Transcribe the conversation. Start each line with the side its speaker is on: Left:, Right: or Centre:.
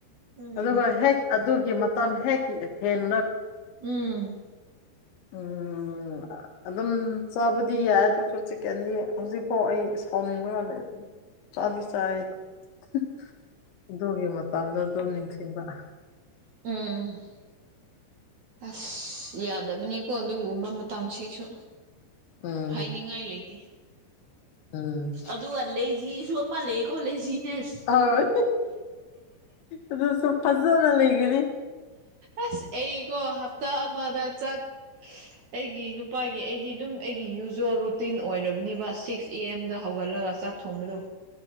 Right: ꯎꯝ
Left: ꯑꯗꯨꯒ ꯍꯦꯛ ꯑꯗꯨꯒꯤ ꯃꯇꯝ ꯍꯦꯛ ꯍꯦꯟ
Right: ꯎꯝ
Left: ꯎꯝ ꯑꯗꯨꯝ ꯆꯥꯕꯗꯤ ꯌꯥꯏ ꯑꯗꯨꯁꯨ ꯆꯤꯛꯀꯦꯟꯗꯤ ꯍꯧꯖꯤꯛꯐꯥꯎ ꯑꯩ ꯏꯁꯥꯎꯅꯤꯡꯕꯒ ꯂꯩ ꯆꯥꯁꯥꯏꯗꯣꯒꯤ ꯃ ꯇꯥꯡ ꯑꯗꯨꯝ ꯅꯤꯡꯁꯤꯡꯕ
Right: ꯎꯝ ꯑꯁ ꯌꯥꯗꯕꯅꯤꯀꯣ ꯑꯗꯨꯒꯨꯝꯕ ꯃꯇꯝꯁꯤꯁꯨ
Left: ꯎꯝ
Right: ꯍꯥꯏꯅꯤꯡꯉꯥꯏ ꯂꯩꯇꯦ
Left: ꯎꯝ
Right: ꯑꯗꯨꯒ ꯂꯩꯁꯤꯁꯨ ꯑꯃ ꯂꯩ ꯈꯣ ꯂꯩꯁꯤ ꯌꯦꯁ
Left: ꯍꯣꯏ ꯑꯗꯨꯁꯨ ꯐꯖꯅ ꯂꯩꯒꯅꯤ
Right: ꯑꯁ ꯑꯩꯀꯣ ꯍꯞꯇꯥ ꯑꯃꯗ ꯆꯥꯛ ꯑꯩꯒꯤ ꯅꯨꯄꯥꯒꯤ ꯑꯩꯗꯤ ꯑꯗꯨꯝ ꯑꯩꯒꯤ ꯌꯨꯖꯋꯦꯜ ꯔꯨꯇꯤꯟ ꯑꯣꯏꯔꯕꯅꯤꯕ ꯁꯤꯛꯁ ꯑꯦ ꯑꯦꯝꯗ ꯍꯧꯒꯠꯂꯒ ꯆꯥꯛ ꯊꯣꯡꯕꯗꯨ